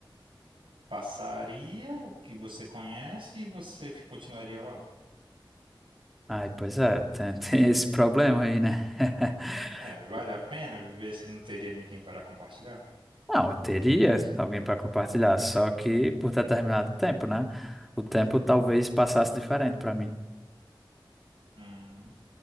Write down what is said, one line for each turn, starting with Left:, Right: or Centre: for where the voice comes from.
Right: passaria o que você conhece e você fi- continuaria lá.
Centre: Ai, pois é, tem, <laughs> tem esse problema aí, né? <laughs>
Right: É, vale a pena viver se não teria ninguém para compartilhar?
Centre: Não, eu teria alguém para compartilhar, só que por determinado tempo, né? O tempo talvez passasse diferente para mim.
Right: Hum,